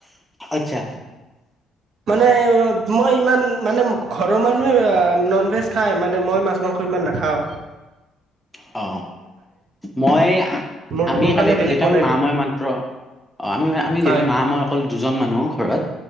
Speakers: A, in the centre; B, on the right (about 55°).
A: আচ্ছা
B: মানে মই ইমান মানে ঘৰৰ মানুহে নন ভেজ খাই মানে মই মাছ মাংস ইমান নখাওঁ।
A: অ, মই
B: মোৰ
A: আমি
B: মোৰ
A: কালি
B: কাৰণে
A: এতি
B: বেলেগ
A: যিেতটো
B: বনাই
A: আমি মা
B: দিয়ে
A: মই মাত্ৰ অ, আমি আমি যিহেতু
B: হয়
A: মা মই অকল দুজন মানুহ ঘৰত